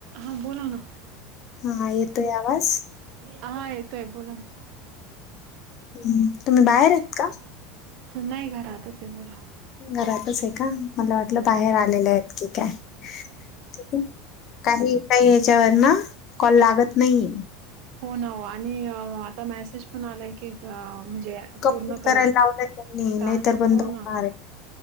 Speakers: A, on the right; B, on the left.
A: हा बोला ना.
B: हा येतोय आवाज
A: हा येतोय बोला.
B: हम् तुम्ही बाहेर आहेत का
A: ह नाही घरहातच आहे बोला.
B: घरातच आहे का? मला वाटलं बाहेर आलेलं आहेत की काय ठीक आहे काही काही याच्यावर ना कॉल लागत नाहीे.
A: हो ना हो आणि आता मेसेज पण आलाय की म्हणजे
B: कंप्लीट
A: पूर्ण
B: करायला
A: करा
B: लावलंय त्यांनी
A: टास्क
B: नाहीतर बंद
A: हो
B: होणार
A: ना.
B: आहे.